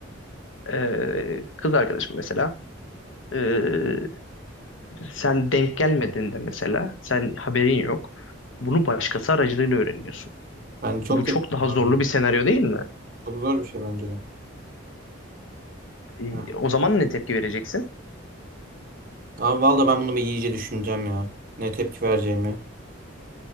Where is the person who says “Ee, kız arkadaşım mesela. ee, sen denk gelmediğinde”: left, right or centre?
Left